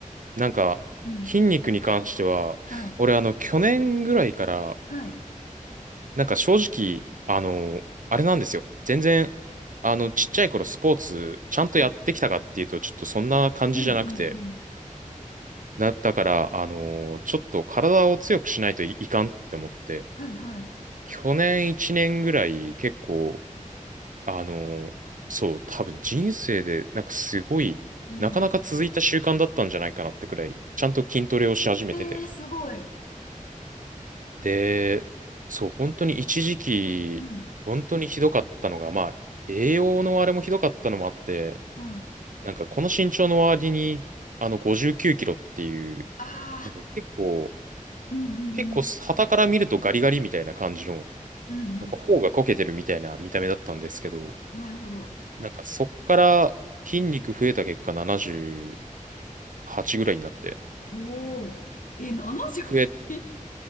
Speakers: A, on the right; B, on the left.
A: なんか、
B: うん。
A: 筋肉に関しては、
B: はい。
A: 俺あの、去年ぐらいから、
B: はい。
A: なんか正直、あの、あれなんですよ。全然、あの、ちっちゃい頃スポーツ、ちゃんとやってきたかっていうと、
B: あ、
A: ちょっとそんな感じじゃなくて、
B: うんうんうん。
A: な、だから、あの、ちょっと体を強くしないとい、いかんって思って、
B: はいはい。
A: 去年1年ぐらい結構、あの、そう、多分人生で、なんかすごい、
B: え
A: なかなか続いた習慣だったんじゃないかなってくらい、ちゃんと筋トレをし始めてて。
B: ええーすごい。
A: で、そう、本当に一時期、
B: うん。
A: 本当にひどかったのが、まあ、栄養のあれもひどかったのもあって、
B: はい。
A: なんかこの身長の割に、あの、59キロっていう、
B: ああ、
A: なんか結構、
B: うんうんうん。
A: 結構、傍から見るとガリガリみたいな感じの、
B: うんう
A: なんか頬がこけてるみたいな見た目だったんですけど、
B: ん。なるほど。
A: なんかそっから筋肉増えた結果78ぐらいになって、
B: おお。え、78?
A: 増え、
B: はち